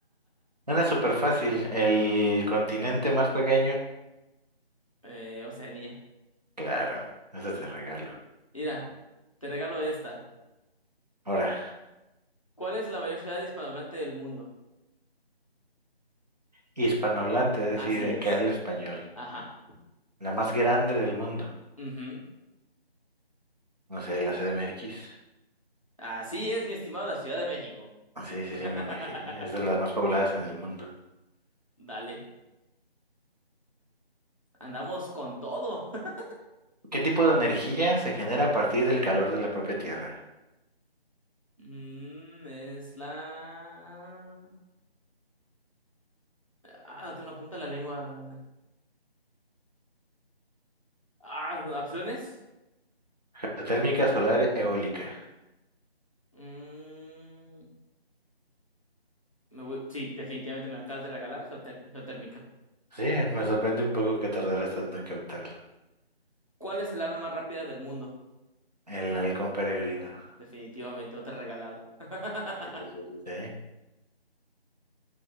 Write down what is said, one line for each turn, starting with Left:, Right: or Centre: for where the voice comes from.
Right: Una súper fácil. El continente más pequeño.
Left: Eh, Oceanía.
Right: Claro, eso es de regalo.
Left: Mira, te regalo esta.
Right: Ahora,
Left: ¿Cuál es la mayor ciudad hispanohablante del mundo?
Right: hispanohablante, es decir,
Left: Así
Right: eh,
Left: es.
Right: que habla español.
Left: Ajá.
Right: La más grande del mundo.
Left: Ujú.
Right: No sé, la C CDMX.
Left: Así es, mi estimado, la Ciudad de México.
Right: Sí, sí,
Left: <laughs>
Right: sí, me imaginé. Es de las más pobladas en el mundo.
Left: Dale, andamos con todo. <laughs>
Right: ¿Qué tipo de energía se genera a partir del calor de la propia Tierra?
Left: Mm, es la... Ah, la tengo en la punta de la lengua. Ah, ¿opciones?
Right: Geotérmica, solar, eólica.
Left: Mm, me voy... Sí, definitivamente me la acabas de regalar, geoter- geotérmica.
Right: Sí, me sorprende un poco que tardaras tanto en captarlo.
Left: ¿Cuál es el ave más rápida del mundo?
Right: El halcón peregrino.
Left: Definitivamente, otra regalada. <laughs>
Right: Eso sí, eso sí. Sí.